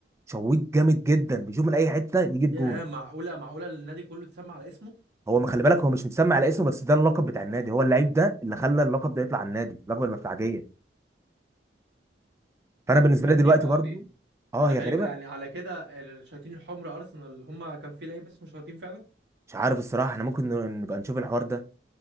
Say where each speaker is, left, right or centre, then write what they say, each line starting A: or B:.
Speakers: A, on the right; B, on the right.
A: شويت جامد جدا بيشوف من اي حته يجيب
B: يا
A: جون
B: معقوله معقوله النادي كله اتسمى على اسمه
A: هو ما خلي بالك هو مش متسمى على اسمه بس ده اللقب بتاع النادي هو اللعيب ده اللي خلى اللقب ده يطلع على النادي اللقب المدفعجيه فانا بالنسبه
B: طب ده
A: لي
B: غريب
A: دلوقتي
B: قوي
A: برضو اه
B: ده
A: هي
B: غريب
A: غريبه
B: يعني على كده الشياطين الحمر ارسنال هما كان في لعيب اسمه شياطين فعلا
A: مش عارف الصراحه احنا ممكن ن- نبقى نشوف الحوار ده